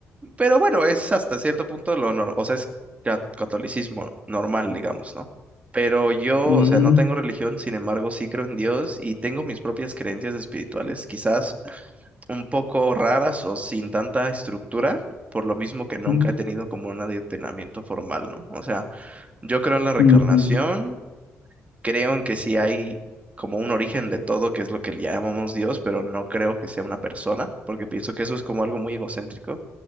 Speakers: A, on the right; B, on the left.
A: pero bueno, es hasta cierto punto lo normal, o sea, es ca- catolicismo normal, digamos, ¿no? Pero yo,
B: Mm,
A: o sea, no tengo religión, sin embargo, sí creo en Dios y tengo mis propias creencias espirituales, quizás un poco raras o sin tanta estructura, por lo mismo que nunca
B: mm,
A: he tenido como un adoctrinamiento formal, ¿no? O sea, yo creo en la reencarnación
B: mm,
A: creo en que sí hay como un origen de todo, que es lo que le llamamos Dios, pero no creo que sea una persona, porque pienso que eso es como algo muy egocéntrico.